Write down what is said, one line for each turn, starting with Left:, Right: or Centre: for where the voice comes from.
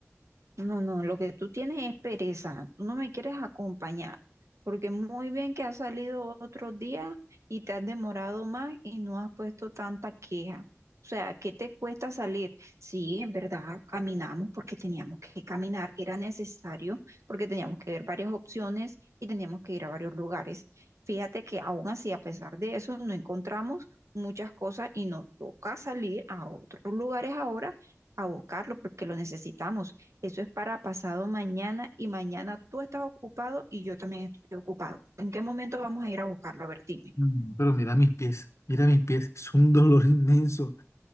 Right: No, no, lo que tú tienes es pereza, tú no me quieres acompañar, porque muy bien que has salido otros días y te has demorado más y no has puesto tanta queja. O sea, ¿qué te cuesta salir? Sí, en verdad, caminamos porque teníamos que caminar, era necesario porque teníamos que ver varias opciones y teníamos que ir a varios lugares. Fíjate que aún así, a pesar de eso, no encontramos muchas cosas y nos toca salir a otros lugares ahora a buscarlo porque lo necesitamos. Eso es para pasado mañana y mañana tú estás ocupado y yo también estoy ocupado. ¿En qué momento vamos a ir a buscarlo? A ver, dime.
Left: Mm, Pero mira mis pies, mira mis pies. Es un dolor <laughs> inmenso.